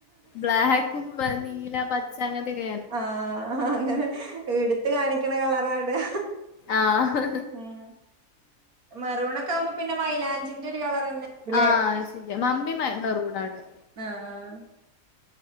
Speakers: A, on the left; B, on the right.
A: ബ്ലാ കും ഭ നീല പ ച്ച അങ്ങൻത്യൊക്കെ
B: ആഹ് അങ്ങനെ. ഇടുത്ത് കാണിക്കണ കള റാടാ.
A: ആഹ്
B: ഉം. മെറൂണൊക്കാവുമ്പം പിന്നെ മൈലാഞ്ചിന്റെ ഒരു കളറന്നെ ല്ലേ
A: ആഹ് അഹ് ശെരിയാ. മമ്മി മെ മെറൂണാ ഇടാ
B: ആഹ്